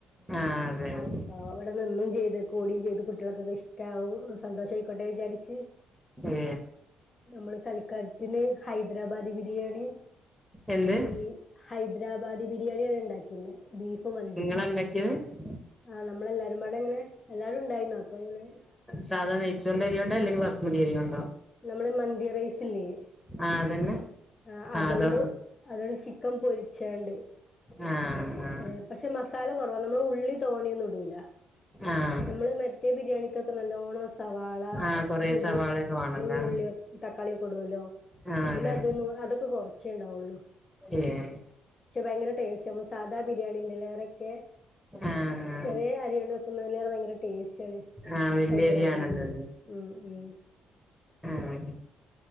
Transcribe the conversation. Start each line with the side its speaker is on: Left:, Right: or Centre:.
Centre: ആ അതെ അതെ
Left: അപ്പ അപ്പൊ അവ്ടെ നിന്നും ചെയ്ത് കൂടിയും ചെയ്ത് കുട്ടിയാൾക്കൊക്കെ ഇഷ്ടാവും സന്തോഷം ആയിക്കോട്ടെ വിചാരിച്ച്
Centre: ഏ
Left: നമ്മള് സൽക്കാരത്തിന് ഹൈദരാബാദി ബിരിയാണിം
Centre: എന്ത്
Left: ബീ ഹൈദ്രാബാദി ബിരിയാണിയാണ് ഇണ്ടാക്കീർന്നെ ബീഫ് മന്തിമ്‌
Centre: <unintelligible>
Left: ആഹ് നമ്മളെല്ലാരും പാടങ്ങനെ എല്ലാരും ഇണ്ടായിർന്നു അപ്പൊ ഇങ്ങനെ
Centre: സാധണ നെയ്ച്ചോർന്റെ അരിയൊണ്ടോ അല്ലങ്കിൽ ബസ്മതി അരിയോണ്ടോ?
Left: നമ്മള് മന്തി റൈസ്ല്ല്ലേ
Centre: ആഹ് അതന്നെ
Left: ആഹ് അതോണ്ട്
Centre: ആ അതോ
Left: അതോണ്ട് ചിക്കൻ പൊരിച്ചാണ്ട്
Centre: ആഹ് ആഹ്
Left: ഏ പക്ഷെ മസാല കൊറവാ നമ്മള് ഉള്ളി തോണിയൊന്നും ഇടൂല
Centre: ആഹ്
Left: നമ്മള് മറ്റേ ബിരിയാണിക്കൊക്കെ നല്ലോണ്ണം സവാള
Centre: ആ കൊറേ
Left: കൂടുതല്
Centre: സവാളൊക്കെ വേണല്ലോ
Left: ഉള്ളിയൊ തക്കാളി കൊടുവല്ലോ
Centre: ആ
Left: ഇതില്
Centre: അതെ
Left: അതൊന്നും അതൊക്കെ കൊർച്ചേ ഇണ്ടാവുള്ളൂ
Centre: ഏഹ്
Left: പക്ഷെ ഭയങ്കര ടേസ്റ്റാമ്മളെ സാദാ ബിരിയാണിന്റെലേറെക്കെ,
Centre: ആ ആ
Left: ചെറിയേ അരിയോണ്ട് വെക്കുന്നതിലേറെ ഭയങ്കര ടേസ്റ്റാണ്
Centre: ആ വല്യ
Left: ഹൈദരാബാദ്ബി
Centre: അരിയാണല്ലോ
Left: ഉം ഉം
Centre: ആഹ്